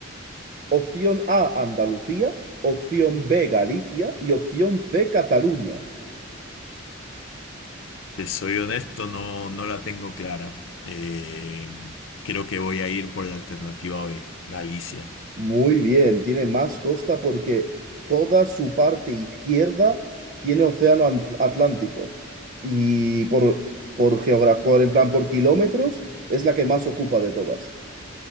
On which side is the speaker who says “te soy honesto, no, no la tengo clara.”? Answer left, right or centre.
Left